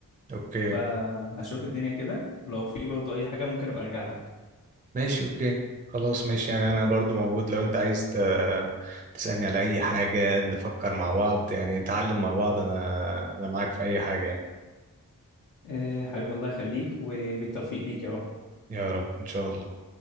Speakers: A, on the right; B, on the left.
A: اوكي
B: فهشوف الدنيا كده ولو في برضه اي حاجه ممكن ابقى ارجع لك
A: ماشي اوكي خلاص ماشي يعني انا برضو موجود لو انت عايز ت... تسألني على اي حاجة نفكر مع بعض يعني نتعلم مع بعض انا انا معاك في اي حاجة يعني.
B: آه، حبيبي الله يخليك وبالتوفيق ليك يا رب
A: يا رب ان شاء الله